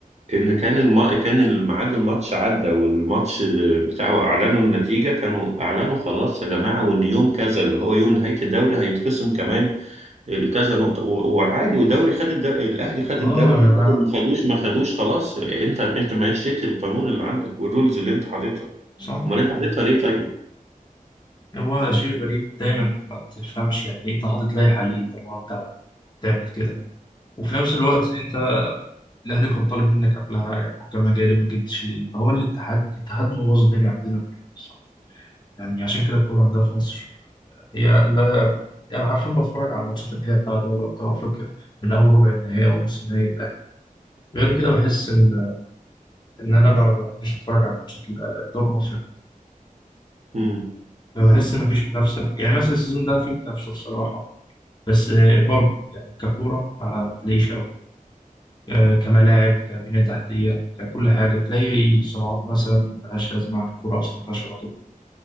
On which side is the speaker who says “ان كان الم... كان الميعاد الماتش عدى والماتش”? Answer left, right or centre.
Right